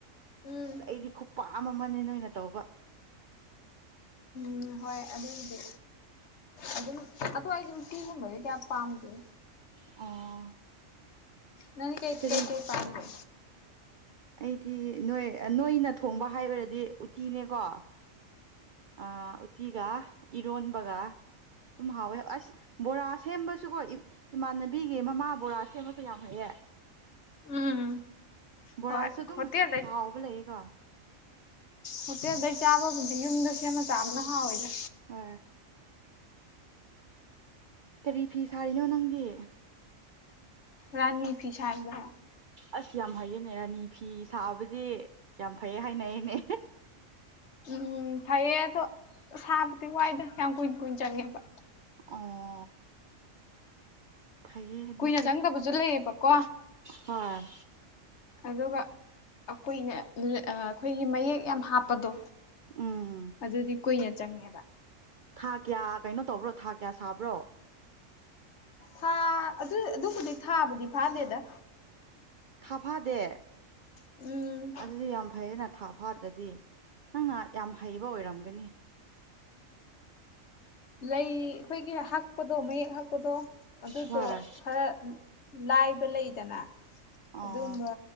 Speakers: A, on the left; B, on the right.
A: ꯎꯝ
B: ꯑꯁ ꯑꯩꯗꯤ ꯈꯨꯄꯥꯝ ꯑꯃꯅꯦ ꯅꯣꯏꯅ ꯇꯧꯕ
A: ꯎꯝ ꯍꯣꯏ ꯑꯗꯨꯕꯨꯗꯤ ꯑꯗꯨꯝ ꯑꯗꯨ ꯑꯩꯗꯤ ꯎꯇꯤꯒꯨꯝꯕꯗꯤ ꯀꯌꯥ ꯄꯥꯝꯗꯦ
B: ꯑꯣ
A: ꯅꯪꯗꯤ ꯀꯩ
B: ꯀꯔꯤ
A: ꯀꯩ ꯀꯩ ꯄꯥꯃꯒꯦ
B: ꯑꯩꯗꯤ ꯅꯣꯏ ꯅꯣꯏꯅ ꯊꯣꯡꯕ ꯍꯥꯏꯈ꯭ꯔꯗꯤ ꯎꯇꯤꯅꯦꯀꯣ ꯑ ꯎꯠꯇꯤꯒ ꯏꯔꯣꯟꯕꯒ ꯑꯗꯨꯝ ꯍꯥꯎꯋꯦ ꯑꯁ ꯕꯣꯔꯥ ꯁꯦꯝꯕꯁꯨꯀꯣ ꯏꯃꯥꯟꯅꯕꯤꯒꯤ ꯃꯃꯥ ꯕꯣꯔꯥ ꯁꯦꯝꯕꯁꯨ ꯌꯥꯝ ꯍꯩꯑꯦ
A: ꯎꯝ
B: ꯕꯣꯔꯥꯁꯨ
A: ꯍꯣꯏ
B: ꯑꯗꯨꯝ
A: ꯍꯣꯇꯦꯜꯗꯩ
B: ꯍꯥꯎꯕ ꯂꯩꯌꯦꯀꯣ
A: ꯍꯣꯇꯦꯜꯗꯩ ꯆꯥꯕꯕꯨꯗꯤ ꯌꯨꯝꯗ ꯁꯦꯝꯃ ꯆꯥꯕꯅ ꯍꯥꯎꯋꯤꯗ
B: ꯍꯣꯏ ꯀꯔꯤ ꯐꯤ ꯁꯥꯔꯤꯅꯣ ꯅꯪꯗꯤ
A: ꯔꯥꯅꯤ ꯐꯤ ꯁꯥꯏꯕ
B: ꯑꯁ ꯌꯥꯝ ꯍꯩꯌꯦꯅꯦ ꯔꯥꯅꯤ ꯐꯤ ꯁꯥꯕꯗꯤ ꯌꯥꯝ ꯐꯩꯌꯦ ꯍꯥꯏꯅꯩꯌꯦꯅꯦ
A: ꯎꯝ ꯐꯩꯌꯦ ꯑꯗꯣ ꯁꯥꯕꯗꯤ ꯋꯥꯏꯗ ꯌꯥꯝ ꯀꯨꯏ꯭ꯅ ꯀꯨꯏ꯭ꯅ ꯆꯪꯉꯦꯕ
B: ꯑꯣ ꯐꯩꯌꯦ ꯑꯗꯨꯁꯨ
A: ꯀꯨꯏꯅ ꯆꯪꯗꯕꯁꯨ ꯂꯩꯌꯦꯕꯀꯣ
B: ꯍꯣꯏ
A: ꯑꯗꯨꯒ ꯑ ꯀꯨꯏꯅꯥ ꯑꯩꯈꯣꯏꯒꯤ ꯃꯌꯦꯛ ꯌꯥꯝ ꯍꯥꯞꯄꯗꯣ
B: ꯎꯝ
A: ꯑꯗꯨꯗꯤ ꯀꯨꯏꯅ ꯆꯪꯉꯦꯕ
B: ꯊꯥ ꯀꯌꯥ ꯀꯩꯅꯣ ꯇꯧꯕ꯭ꯔꯣ ꯊꯥ ꯀꯌꯥ ꯁꯥꯕ꯭ꯔꯣ
A: ꯊꯥ ꯑꯗꯨ ꯑꯗꯨꯕꯨꯗꯤ ꯊꯥꯕꯨꯗꯤ ꯐꯥꯗꯦꯗ
B: ꯊꯥ ꯐꯥꯗꯦ
A: ꯎꯝ
B: ꯑꯗꯨꯗꯤ ꯌꯥꯝ ꯐꯩꯌꯦꯅ ꯊꯥ ꯐꯥꯗ꯭ꯔꯗꯤ ꯅꯪꯅ ꯌꯥꯝ ꯍꯩꯕ ꯑꯣꯏꯔꯝꯒꯅꯤ
A: ꯂꯩ ꯑꯩꯈꯣꯏꯒꯤ ꯍꯛꯄꯗꯣ ꯃꯌꯦꯛ ꯍꯛꯄꯗꯣ ꯑꯗꯨꯗꯣ
B: ꯍꯣꯏ
A: ꯈꯔ ꯂꯥꯏꯕ ꯂꯩꯗꯅ ꯑꯗꯨꯒꯨꯝꯕ
B: ꯑꯣ